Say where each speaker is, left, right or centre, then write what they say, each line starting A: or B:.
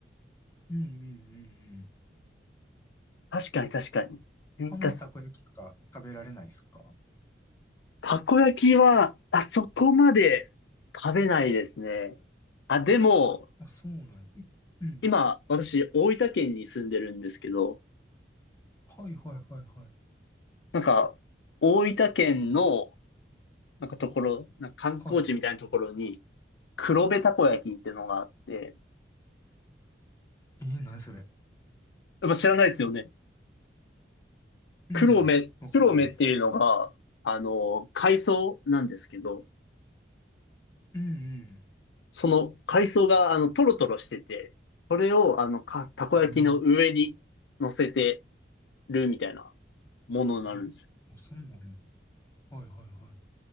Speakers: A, on the left; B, on the left.
A: うんうんうんうん。
B: 確かに確かに。天かす
A: あんまたこ焼きとか食べられないですか
B: たこ焼きは、あそこまで食べないですね。あ、でも、
A: あ、そうなんや。いうん。
B: 今、私、大分県に住んでるんですけど、
A: はいはいはいはい。
B: なんか、大分県の、なんかところ、なんか観光地みたいなところに、
A: はい。
B: 黒部たこ焼きっていうのがあって、
A: えー、何それ。
B: やっぱ知らないですよね。
A: うん。
B: 黒目、
A: わからないです。
B: 黒目っていうのが、あの、海藻なんですけど、
A: うんうん。
B: その海藻が、あの、トロトロしてて、それを、あの、か、たこ焼きの上に乗せて
A: うん
B: るみたいな。ものになるんですよ。
A: えー、あ、そうなのはいはいは